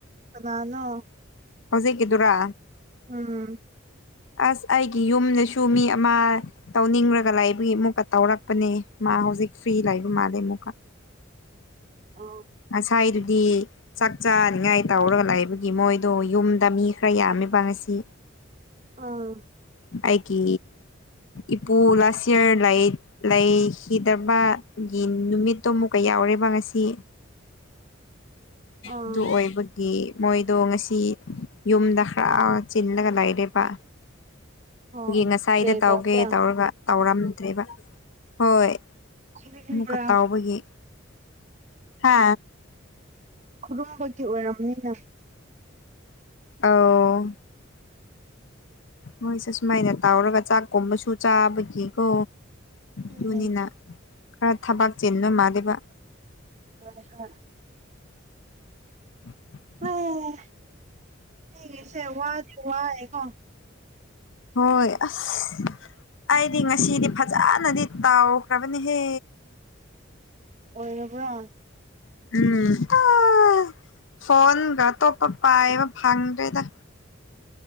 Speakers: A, on the right (about 35°); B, on the left (about 70°).
A: ꯀꯅꯅꯣ
B: ꯍꯧꯖꯤꯛꯀꯤꯗꯨꯔꯥ
A: ꯎꯝ
B: ꯑꯁ ꯑꯩꯒꯤ ꯌꯨꯝꯗꯁꯨ ꯃꯤ ꯑꯃ ꯇꯧꯅꯤꯡꯔꯒ ꯂꯥꯏꯕꯒꯤ ꯑꯃꯨꯛꯀ ꯇꯧꯔꯛꯄꯅꯦ ꯃꯥ ꯍꯧꯖꯤꯛ ꯐ꯭ꯔꯤ ꯂꯥꯛꯏꯕ ꯃꯥꯜꯂꯦ ꯑꯃꯨꯛꯀ
A: ꯑ
B: ꯉꯁꯥꯏꯗꯨꯗꯤ ꯆꯥꯛ ꯆꯥꯅꯤꯡꯉꯥꯏ ꯇꯧꯔꯒ ꯂꯩꯥꯛꯏꯕꯒꯤ ꯃꯣꯏꯗꯣ ꯌꯨꯝꯗ ꯃꯤ ꯈꯔ ꯌꯥꯝꯃꯤꯕꯁꯤ
A: ꯑꯥ
B: ꯑꯩꯀꯤ ꯏꯄꯣ ꯂꯥꯥꯁ ꯏꯌꯔ ꯂꯥꯏ ꯂꯩꯈꯤꯗꯕꯒꯤ ꯅꯨꯃꯤꯠꯇꯣ ꯑꯃꯨꯛꯀ ꯌꯥꯎꯔꯦꯕ ꯉꯁꯤ
A: ꯑꯥ
B: ꯑꯗꯨ ꯑꯣꯏꯕ ꯒꯤ ꯃꯣꯏꯗꯣ ꯉꯁꯤ ꯌꯨꯝꯗ ꯈꯔ ꯆꯤꯜꯂꯒ ꯂꯩꯔꯦꯕ꯫
A: ꯑꯣ
B: ꯒꯤ ꯉꯁꯥꯏꯗ
A: ꯄ꯭ꯔꯦ
B: ꯇꯧꯒꯦ
A: ꯇꯧꯕ꯭ꯔꯥ
B: ꯇꯧꯔꯒ ꯇꯧꯔꯝꯗ꯭ꯔꯦꯕ ꯍꯣꯏ
A: ꯈꯨꯔꯨꯝꯕ꯭ꯔꯥ
B: ꯑꯃꯨꯛꯀ ꯇꯥꯎꯕꯒꯤ ꯍꯥ
A: ꯈꯨꯔꯨꯝꯕꯒꯤ ꯑꯣꯏꯔꯕꯅꯤꯅ
B: ꯑꯥꯎ ꯃꯣꯏꯁꯦ ꯁꯨꯃꯥꯏꯅ ꯇꯧꯔꯒ ꯆꯥꯛꯀꯨꯝꯕꯁꯨ ꯆꯥꯕꯒꯤꯀꯣ꯫
A: ꯎꯝ
B: ꯑꯗꯨꯅꯤꯅ ꯈꯔ ꯊꯕꯥꯛ ꯆꯤꯟꯕ ꯃꯥꯜꯂꯤꯕ
A: <inaudible>
B: <unintelligible>
A: ꯍꯩ ꯁꯤꯒꯤꯁꯦ ꯋꯥꯗꯤ ꯋꯥꯏꯀꯣ
B: ꯍꯣꯏ ꯑꯁ ꯑꯩꯗꯤ ꯉꯁꯤꯗꯤ ꯐꯖꯅꯗꯤ ꯇꯥꯎꯈ꯭ꯔꯕꯅꯤꯍꯦ
A: ꯑꯣꯏꯔꯕ꯭ꯔꯣ
B: ꯎꯝ ꯑꯥ ꯐꯣꯟꯒ ꯑꯇꯣꯞꯄ ꯄꯥꯏꯕ ꯐꯪꯗ꯭ꯔꯦꯗ